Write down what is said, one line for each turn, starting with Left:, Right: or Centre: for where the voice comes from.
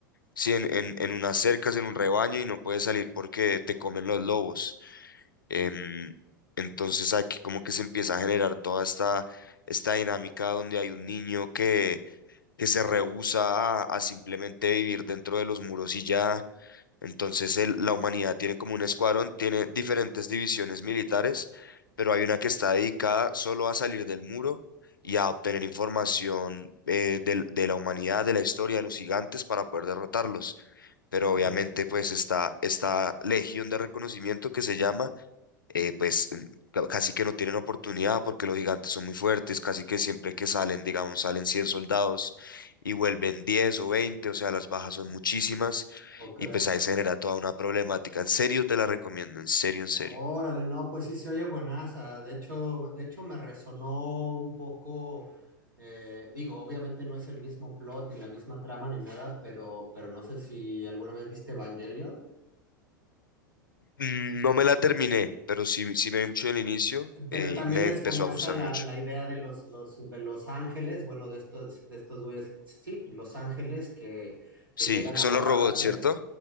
Left: Sí, en, en, en unas cercas, en un rebaño y no puedes salir porque te
Right: Órale.
Left: comen los lobos. Em, entonces aquí como que se empieza a generar toda esta, esta dinámica donde hay un niño que, que se rehúsa a, a simplemente vivir dentro de los muros y ya. Entonces el- la humanidad tiene como un escuadrón, tiene diferentes divisiones militares, pero hay una que está dedicada solo a salir del muro. y a obtener información eh, del- de la humanidad, de la historia, de los gigantes para poder derrotarlos pero
Right: Órale.
Left: obviamente pues esta esta legión de reconocimiento que se llama, eh, pues mm, ca- casi que no tienen oportunidad porque los gigantes son muy fuertes, casi que siempre que salen, digamos, salen 100 soldados y vuelven 10 o veinte o sea, las bajas son muchísimas
Right: Ok.
Left: y pues ahí se genera toda una problemática. En serio te la recomiendo, en serio, en serio.
Right: Órale, no, pues sí se oye buenaza. De hecho, de hecho me resonó un poco, eh, digo, obviamente no es el mismo plot ni la misma trama ni nada, pero, pero no sé si alguna vez viste Evangelion.
Left: Mm, No me la terminé, pero sí, sí me vi mucho del inicio
Right: Pero
Left: eh,
Right: también
Left: y me
Right: es
Left: empezó
Right: como
Left: a
Right: esa
Left: gustar
Right: la,
Left: mucho.
Right: la idea de los, los- de los ángeles, bueno, de estos, de estos güeyes, sí, los ángeles que, que
Left: Sí,
Right: llegan
Left: que
Right: a
Left: son
Right: borrar
Left: los robots,
Right: la tierra.
Left: ¿cierto?